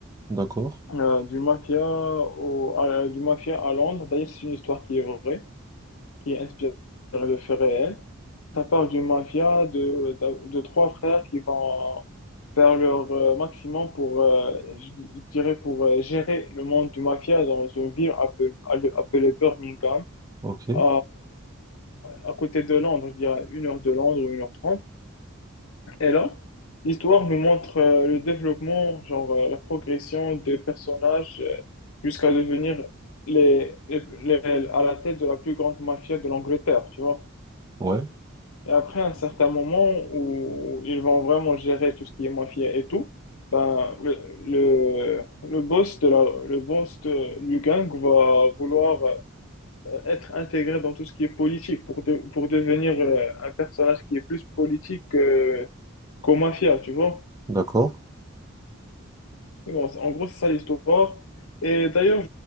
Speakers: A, on the right (about 15°); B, on the left (about 80°).
A: D'accord.
B: euh, d'une mafia au, à, du mafia à Londres. D'ailleurs, c'est une histoire qui est vraie, qui est inspirée de faits réels. Ça parle d'une mafia de, de, de trois frères qui vont faire leur euh, maximum pour, euh, je dirais, pour euh, gérer le monde du mafia dans une ville appel- alle- appelée Birmingham,
A: Ok.
B: à, à côté de Londres, je dirais une heure de Londres ou une heure trente. Et là, l'histoire nous montre euh, le développement, genre euh, la progression des personnages euh, jusqu'à devenir les, les- les- à la tête de la plus grande mafia de l'Angleterre, tu vois.
A: Ouais.
B: Et après à un certain moment où ils vont vraiment gérer tout ce qui est mafia et tout, ben, le, le, le boss de la, le boss de- du gang va vouloir euh, être intégré dans tout ce qui est politique pour, de- pour devenir euh, un personnage qui est plus politique que, qu'au mafia, tu vois.
A: D'accord.
B: Bon, c'est- en gros, c'est ça l'histoire. Et d'ailleurs,